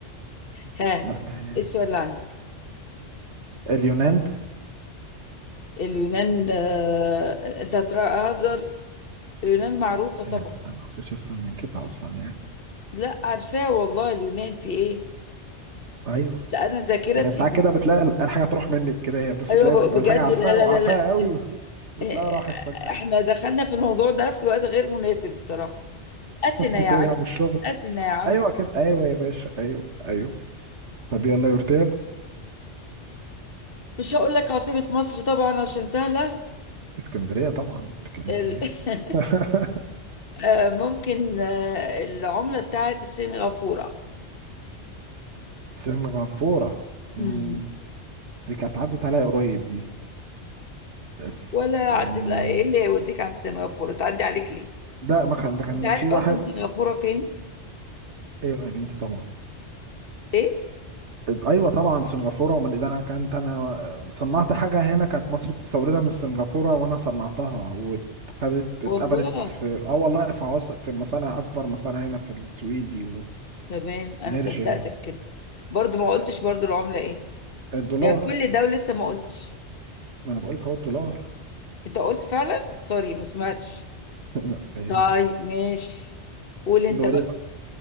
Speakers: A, on the left; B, on the right.
A: ها
B: لا ما
A: إيه السؤال اللي عندك
B: اليونان
A: اليونان آه، انت هتهزر اليونان معروفه طبعا
B: يا سلام ما فيش أسهل من كده أصلا يعني
A: لا عارفاها والله اليونان في ايه
B: أيوه
A: بس انا ذاكرتي
B: ما هي ساعات كده بتلاقي ال- الحاجة تروح منك كده هي بص
A: ايوه
B: تلاقي بتبقى
A: ب- بجد
B: الحاجة عارفاها
A: لا لا
B: وعارفاها
A: لا لا
B: قوي <laughs> وتلاقيها
A: إيه،
B: راحت فجأة
A: احنا دخلنا في الموضوع ده في وقت غير مناسب بصراحه اثينا
B: كنت
A: يا عجل
B: راجع من الشغل
A: اثينا يا عم
B: ايوه كده ايوه يا باشا ايوه ايوه طب يلا يا ورتير
A: مش هقول لك عاصمه مصر طبعا عشان سهله
B: اسكندرية طبعا بتتكلم
A: ال...
B: في ايه
A: <laughs>
B: <laughs>
A: آه، ممكن آه، العملة بتاعت السنغافورة
B: سنغافورة أمم،
A: امم
B: دي كانت عدت عليا قريب دي بس
A: ولا
B: أمم،
A: عدت لا ايه اللي يوديك عن سنغافورة تعدي عليك ليه
B: لا ما كان ده كان
A: انت عارف
B: في واحد
A: اصلا سنغافورة فين
B: ايوه يا بنتي طبعا
A: ايه
B: ايوه طبعا سنغافوره ومن ده انا كانت انا صنعت حاجه هنا كانت مصر بتستوردها من سنغافوره وانا صنعتها وخدت
A: والله
B: اتقبلت في اه والله في عواصم في مصانع اكبر مصانع هنا في السويدي
A: تمام انا
B: نرجع
A: صدقتك كده برضو ما قلتش برضو العملة ايه
B: الدولار
A: يا كل ده ولسه ما قلتش
B: ما انا بقولك اهو الدولار
A: انت قلت فعلا سوري ما سمعتش
B: <laughs> لا فاهم
A: طيب ماشي قول انت
B: دوري
A: بقى
B: بقى